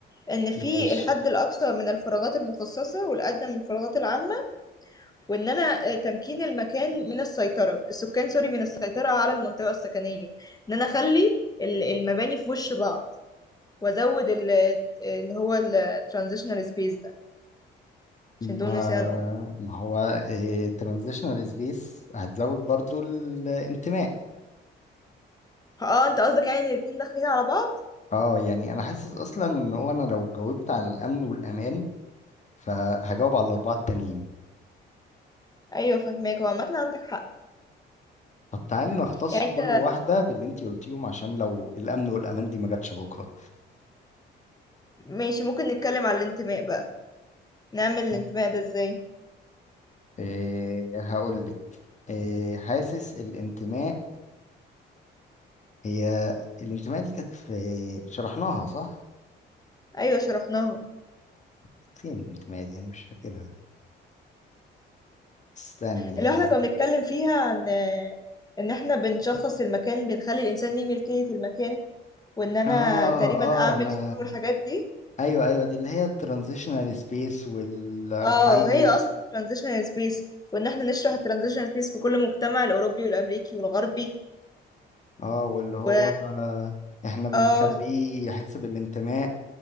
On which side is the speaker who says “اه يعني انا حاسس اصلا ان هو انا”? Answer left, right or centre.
Left